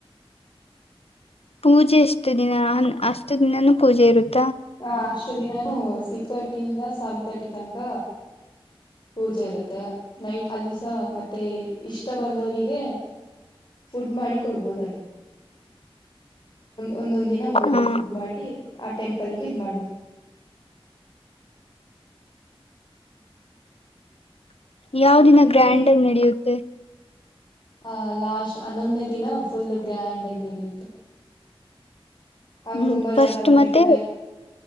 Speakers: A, on the left (about 85°); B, on the left (about 50°).
A: ಪೂಜೆ ಎಷ್ಟ ದಿನ ಅಷ್ಟ ದಿನಾನೂ ಪೂಜೆ ಇರುತ್ತೆ
B: ಹ ಅಷ್ಟು ದಿನ ಸಿಕ್ಸ್ ಥರ್ಟಿ ಇಂದ ಒನ್ ತರ್ಟಿ ತನಕ ಪೂಜೆ ಇರುತ್ತೆ ನೈಟ್ ಅಲ್ಲಿ ಸ ಮತ್ತೆ ಇಷ್ಟ ಬಂದವರಿಗೆ ಫುಡ್ ಮಾಡಿ ಕೊಡ್ಬೋದ ಅಲ್ಲಿ ಒಂದೊಂದ ದಿನ ಒಬ್ಬೊಬ್ರು
A: ಹ
B: ಫುಡ್ ಮಾಡಿ ಆ ಟೆಂಪ್ ಪಲಿಕೆ ಇದ ಮಾಡುದ್
A: ಯಾವ ದಿನ
B: ನಿಮ್ಮೆ
A: ಗ್ರ್ಯಾಂಡ್ ಆಗಿ ನಡೆಯುತ್ತೆ
B: ಆ ಲಾಸ್ಟ್ ಹನ್ನೊಂದನೇ ದಿನ ಫುಲ್ ಗ್ರ್ಯಾಂಡ್ ಆಗಿ ನಡೆಯುತ್ತೆ ಹಂಗ್
A: ಹ್ಮ್
B: ತುಂಬಾ
A: ಫಸ್ಟ್
B: ಜನ ಬಂದಿರ್ತಾರೆ
A: ಮತ್ತೆ